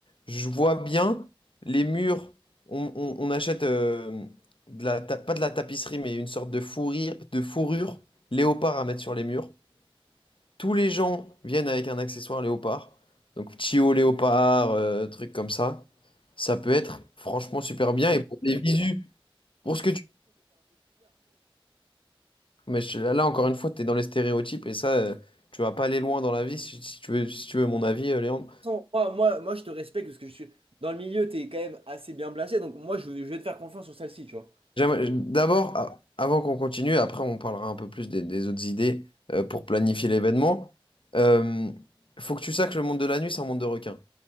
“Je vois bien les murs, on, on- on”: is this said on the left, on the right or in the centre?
Left